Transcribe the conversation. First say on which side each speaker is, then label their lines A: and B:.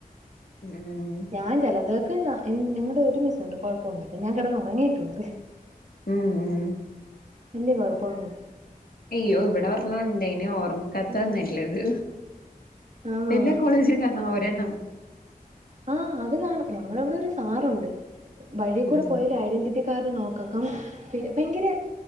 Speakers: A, on the left; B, on the right.
A: ഉം
B: ഞാൻ ചെലതക്ക് കാണും ഞങ്ങളുടെ ഒരു മിസ്‌ ഉണ്ട് കുഴപ്പമൊന്നല്ലോ ഞാൻ കെടന്ന ഉറങ്ങിട്ടുണ്ട്
A: ഉം ഉ
B: കുഴപ്പൊന്നുല്ല
A: അയ്യോ ഇവിടെ ഒർണ്ണം ഒണ്ടയന് ഓർമ് കത്താ
B: ആഹ്
A: നെല്ലത്
B: ആഹ്
A: എല്ലാ കോളേജിലും കാ ണാ ഒരെണ്ണം
B: ആ അത് കാണും ഞങ്ങളുടെ അവിടെ ഒരു സാറൊണ്ട് വഴി കൂടെ
A: ഉം
B: പോയല് ഐഡന്റിറ്റി കാർഡ് നോക്കും ഭയങ്കര